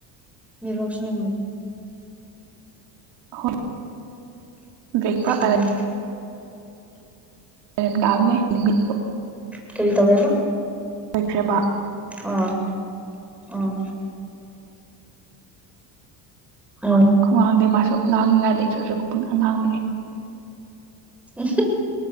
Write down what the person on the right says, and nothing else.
ꯍꯣꯏ ꯕꯦꯛ ꯄ꯭ꯔꯀꯔꯦ
ꯔꯝ ꯇꯅꯦ ꯅꯨꯃꯤꯠ
ꯂꫭꯏꯈ꯭ꯔꯦꯕ
ꯈꯋꯥꯡꯗꯦ ꯃꯥꯁꯨ ꯉꯥꯡꯅꯤꯉꯥꯏ ꯂꯩ ꯇ꯭ꯔꯁꯨ ꯄꯨꯡꯉꯥꯡ ꯉꯥꯡꯕꯅꯦ꯫